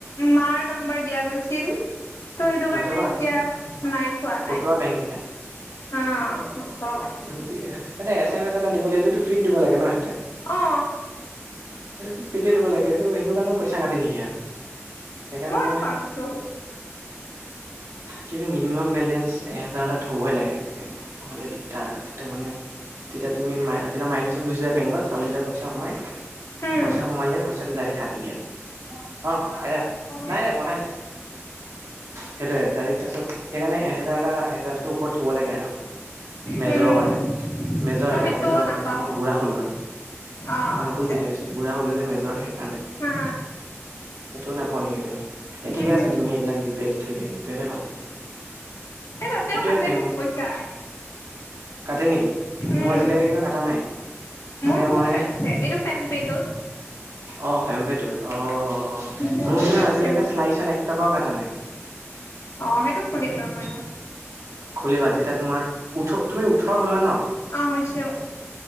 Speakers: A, on the left; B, on the right.
A: মাৰ নম্বৰ দিয়া গৈছিল তো সেইটো
B: নথবা
A: কাৰণে এতিয়া নাই থোৱা
B: ফটোৱা
A: নাই
B: বেংক কেইটা
A: অ
B: <unintelligible>
A: নথও
B: সিহঁতে এছএমএছ এটা দিবলৈ সেইতো ফ্ৰীত দিব লাগে ন সিহঁতে,
A: অ
B: সেইটো ফ্ৰীতে দিব লাগে এইটো সেইটো কাৰণে পইচা কাটে নেকি কে আৰু সেইকাৰণে
A: বৰ
B: মই
A: ফাল্টু
B: কিন্তু মিনিমাম বেলেঞ্চ এহেজাৰটা থই লাগে বেংকত নহলে দিগদাৰ হেতে মানে তেতিয়া তুমি মাই তেতিয়া মাইনাচত গুচি যায় বেংকত, আৰু যেতিয়া পইচা সোমাই
A: উম
B: পইচা সোমালে পইচাটো ডাইৰেক্ট কাটি দিয়ে আৰু অহ আইতা নাই-নাই
A: অ
B: বনাই আছে সেইটোৱেই সেইটোৱে তাৰিখ তাৰপিছত সেইকাৰণে এহেজাৰ এটা এহেজাৰৰ ওপৰত থব লাগে আৰু মেজৰৰ
A: উম,
B: কাৰণে মেজৰ
A: মই
B: এতিয়া
A: সেইটোও
B: মেজৰ নহয়
A: নাপাও
B: এতিয়া মই বুঢ়া হ'লো আৰু
A: অ',
B: আংকুল
A: আচ্ছা
B: বুলি
A: আচ্ছা।
B: কৈছো বুঢ়া হলো যে মেজৰ সেইকাৰণে
A: হা
B: সেইটোও নোপোৱা নেকি তুমি এই ঠিকে
A: উম,
B: আছে তুমি এইবিলাক ইও এও পি আই দিয়ে বিয়াটে ভাল
A: এই তাতেও
B: সেইটোৱেই
A: কাটে
B: বেংক
A: বহুত পইচা
B: কাটে নেকি?
A: উম।
B: মোৰ আজিলৈকে কিন্তু কটা নাই মানে
A: মোৰ বহুত
B: মই
A: কাটিছে এই ফাম্মপে টো
B: অ ফেম্পেটোত অ মোৰ
A: বহুত
B: কিন্তু
A: কাটছে
B: আজিলৈকে
A: মোৰ।
B: শ্লাইছত এক টকাও কটা নাই।
A: অ সেইটো খুলিম ৰ ময়ো।
B: খলিবা যেতিয়া তোমাৰ ওঠ তুমি ওঠৰ হ'লা ন।
A: অ', হৈছে